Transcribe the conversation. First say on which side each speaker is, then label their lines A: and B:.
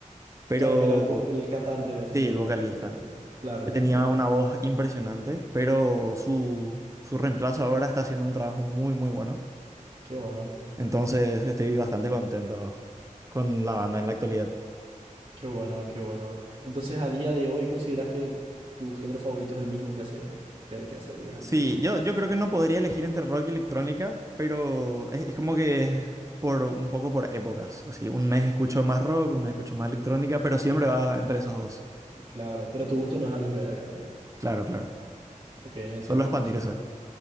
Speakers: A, on the right; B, on the right.
A: pero
B: Claro que era el, vo- el cantante, sí,
A: sí, el
B: tengo
A: vocalista.
B: entendido. Claro,
A: que
B: claro,
A: tenía
B: entiendo.
A: una voz impresionante, pero su, su reemplazo ahora está haciendo un trabajo muy, muy bueno.
B: Qué bueno,
A: Entonces estoy bastante contento con la banda en la actualidad.
B: qué bueno, qué bueno. Entonces, a día de hoy, ¿consideras que tu género favorito es el mismo que hace, que, que hace 10 años?
A: Sí, yo, yo creo que no podría elegir entre rock y electrónica, pero es, es como que por un poco por épocas. Así, un mes escucho más rock, un mes escucho más electrónica, pero siempre va entre esos dos.
B: Claro, pero tu gusto no es algo que vaya a cambiar.
A: Claro, claro.
B: Ok, entiendo
A: Solo expandir
B: eso.
A: eso.